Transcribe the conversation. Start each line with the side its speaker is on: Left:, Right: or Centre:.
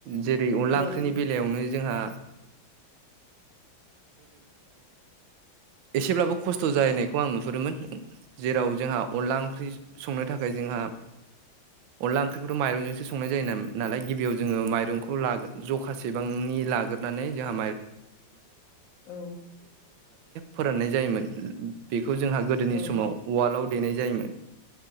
Right: जेरै अनला
Left: ओं
Right: ओंख्रि जोंहा एसेब्लाबो खस्थ' जाहैनायखौ आं नुहुरोमोन जेराव जोंहा अनला ओंख्रि संनो थाखाय जोंहा अनला ओं ख्रिखौथ' माइंजोंसो संनाय जायो ना नालाय गिबियाव जोङो मरंखौ ला जखासे- बेसेबांनि लाग्रोनानै जोंहा
Left: ओं
Right: फोराननाय जायोमोन बेखौ जोंहा गोदोनि
Left: औ
Right: समाव वाल्डआव देनाय जायोमोन।